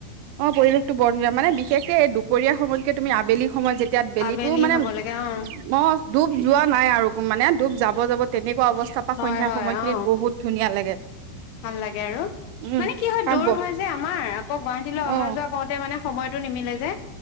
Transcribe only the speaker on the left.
আবেলি
হব লাগে অ
হয়
হয়
অ
ভাল লাগে আৰু
মানে কি হয়
দূৰ
হয় যে আমাৰ আকৌ গুৱাহাটীলৈ অহা
যোৱা কৰোঁতে মানে সময়টো নিমিলে যে